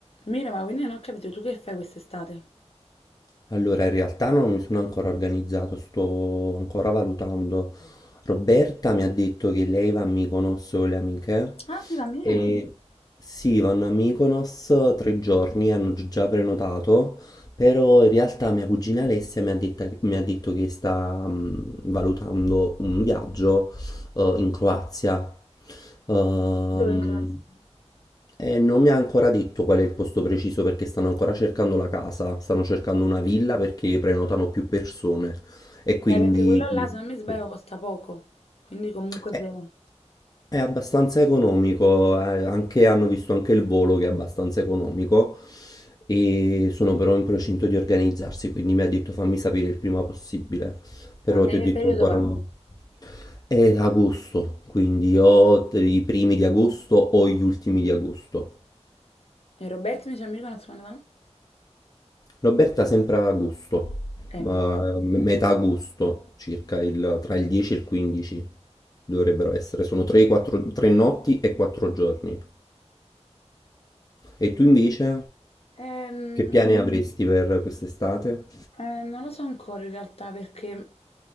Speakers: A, on the left; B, on the left.
A: Mira, ma quindi non ho capito, tu che fai quest'estate?
B: Allora, in realtà non mi sono ancora organizzato, sto ancora valutando. Roberta mi ha detto che lei va a Mykonos con le amiche
A: Ah, si va a Milano?
B: e sì, vanno a Mykonos tre giorni, hanno già prenotato, però in realtà mia cugina Alessia mi ha detta- mi ha detto che sta mm, valutando un viaggio eh, in Croazia. Ehm,
A: Dove in Croazia?
B: e non mi ha ancora detto qual è il posto preciso perché stanno ancora cercando la casa, stanno cercando una villa perché prenotano più persone e quindi...
A: Eh, perché quello
B: sì,
A: là, se non mi sbaglio,
B: sì.
A: costa poco. Quindi comunque
B: È
A: se...
B: è abbastanza economico, eh, anche- hanno visto anche il volo che è abbastanza economico e sono però in procinto di organizzarsi, quindi mi ha detto fammi sapere il prima possibile, però
A: Ma lei
B: ti ho
A: che
B: detto
A: periodo
B: ancora
A: va?
B: no. È agosto, quindi ho t- i primi di agosto o gli ultimi di agosto.
A: E Roberto, mi dice amico, non si quando va?
B: Roberta sempre a agosto,
A: Eh,
B: eh,
A: ma
B: me- metà agosto, circa il- tra il 10 e il 15 dovrebbero essere, sono 3, 4, 3 notti e 4 giorni. E tu invece
A: quando?
B: che piani avresti per quest'estate?
A: Eh, non lo so ancora in realtà perché